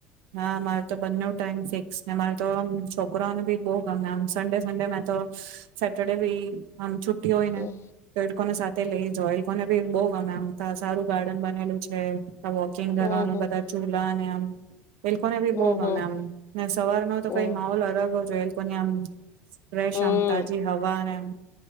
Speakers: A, on the right; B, on the left.
A: હા મારો તો બંને ટાઈમ ફિક્સ ને મારે તો આમ છોકરાને ભી બો ગમેમ સન્ડે સન્ડે મેં તો સેટરડે ભી આમ છુ ટી હોય ને
B: હમ
A: તો એ લોકોને સા તે લઈ જોયલકોને ભી બો ગમેમતા સારું ગાર્ડન બનેલું છે વોકિંગ કરવાનું
B: હમ હમ
A: બધા ચૂલા ને આમ એલ્કોને ભી
B: હમ
A: બો ગમે એમ ને સવાર નો તો
B: હમ
A: કઈ માહોલ અલગ જ હોય <unintelligible> ફ્રેશ
B: હમ
A: આમ તાજી હવા અનેમ